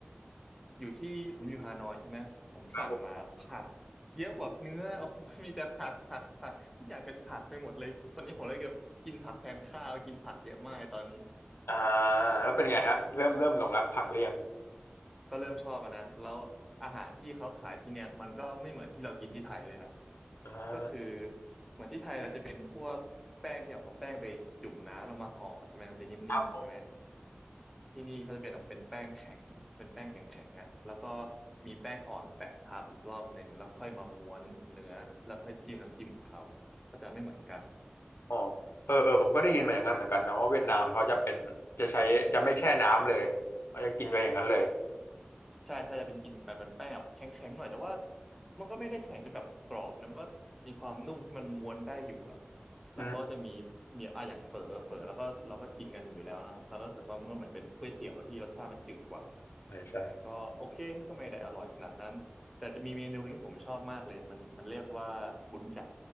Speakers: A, in the centre; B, on the left.
A: อยู่ที่ผมอยู่ฮานอยใช่ไหมผมสั่งมาผัก
B: ครับผม
A: เยอะกว่าเนื้อ <laughs> โอ้โหมันมีแต่ผักผักผักทุกอย่างเป็นผักไปหมดเลยตอนนี้ผมเลยเกือบกินผักแทนข้าวกินผักเยอะมากตอนนี้
B: อ่าแล้วเป็นไงฮะเริ่มเริ่มหลงรักผักเรียง
A: ก็เริ่มชอบอะนะแล้วอาหารที่เขาขายที่เนี่ยมันก็ไม่เหมือนที่เรากินที่ไทยเลยนะ
B: อ่า
A: ก็คือเหมือนที่ไทยเราจะเป็นพวกแป้งที่เอาแป้งไปจุ่มน้ำแล้วมาห่อใช่ไหมมันจะนิ่มๆใช่ไหม
B: ครับผม
A: ที่นี่เขาจะเป็นแบบเป็นแป้งแข็งเป็นแป้งแข็งๆอ่ะแล้วก็มีแป้งอ่อนแปะทับอีกรอบหนึ่งแล้วค่อยมาม้วนเนื้อแล้วค่อยจิ้มน้ำจิ้มของเขาก็จะไม่เหมือนกัน
B: อ๋อเออเออผมก็ได้ยินมาอย่างนั้นเหมือนกันนะว่าเวียดนามเขาจะเป็นจะใช้จะไม่แช่น้ำเลยเขาจะกินไปอย่างนั้นเลย
A: ใช่ใช่จะเป็นกินไปเป็นแป้งแบบแข็งๆหน่อยแต่ว่ามันก็ไม่ได้แข็งจนแบบกรอบนะมันก็มีความนุ่มที่มันม้วนได้อยู่อะแล้วเขาก็จะมีมีอ่ะอย่างเฝอเฝอแล้วก็เราก็กินกันอยู่แล้วเนาะเราก็รู้สึกว่ามันก็เหมือนเป็นก๋วยเตี๋ยวที่รสชาติมันจืดกว่า
B: อืมใช่ใช่
A: มันก็โอเคก็ไม่ได้อร่อยขนาดนั้นแต่จะมีเมนูหนึงที่ผมชอบมากเลยมันมันเรียกว่าบุญจ๋า